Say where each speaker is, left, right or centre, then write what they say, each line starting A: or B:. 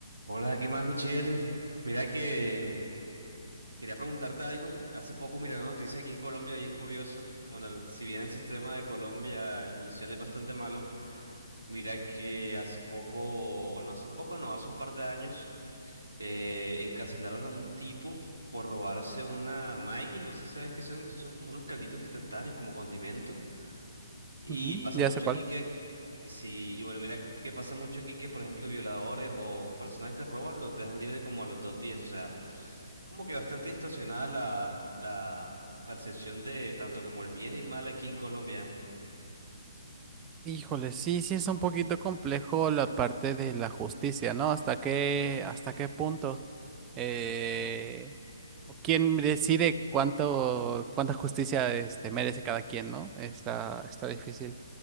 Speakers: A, on the right; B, on the right.
A: Hola, ¿qué más, Michelle? Mira que quería preguntarte algo. Hace poco miré una noticia aquí en Colombia bien curiosa. Bueno, el- si bien el sistema de Colombia, el judicial es bastante malo, mira que hace poco, bueno, hace poco no, hace un par de años, eh, encarcelaron a un tipo por robarse una Maggi. No sé si sabes qué son, que son como unos calditos instantáneos, como condimento. Y
B: Ujú,
A: pasa
B: Ya
A: mucho
B: sé cuál.
A: aquí que... Sí, y bueno, mira que que pasa mucho aquí que, por ejemplo, violadores o personas que roban los dejan libre como a los dos días, o sea como que bastante distorsionada la, la percepción de tanto como el bien y el mal aquí en Colombia.
B: Híjole, sí, sí es un poquito complejo la parte de la justicia, ¿no? ¿Hasta qué, hasta qué punto? Eh, ¿quién decide cuánto, cuánta justicia este, merece cada quien, ¿no? Está, está difícil.